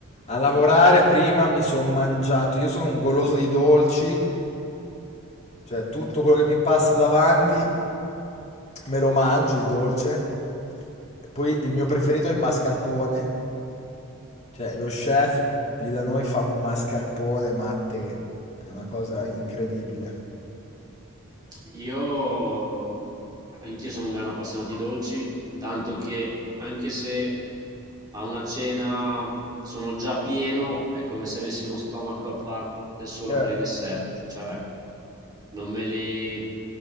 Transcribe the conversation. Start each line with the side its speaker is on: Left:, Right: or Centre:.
Left: A lavorare prima mi sono mangiato, io sono un goloso di dolci, cioè tutto quello che mi passa davanti me lo mangio di dolce. Poi il mio preferito è il mascarpone, cioè lo chef lì da noi fa un mascarpone matte che è una cosa incredibile.
Right: Io anch'io sono un gran appassionato di dolci, tanto che anche se a una cena sono già pieno, è come se avessi uno stomaco a parte solo
Left: Eh.
Right: per i dessert, cioè non me li